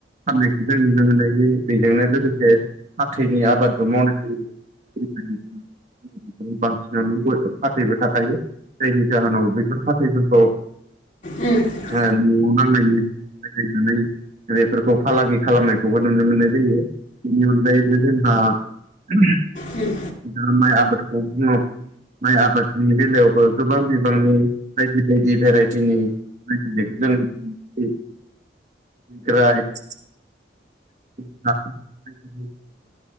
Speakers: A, on the right; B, on the left.
A: फाननायखौ जों नुनो मोननाय बेजोंनो लोगोसे फाथैनि आबादबो मावनाय जायो बांसिनानो <unintelligible> फाथैबो थाखायो जायनि जाहोनाव बेैफोर फाथैफोरखौ
B: ओम <unintelligible>
A: न'आव नांनायनि जायनानै <unintelligible> बेफोरखौ फालांगि खालामनायखौबो नुनो मोननाय जायो बेनि अनगायैबो जोंहा <unintelligible>
B: ओम
A: <unintelligible> आबादखौ बुङो माइ आबादनि बेलायावबो गोबां बिबांनि बायदि बायदि भेराइदिनि आ <unintelligible> <unintelligible>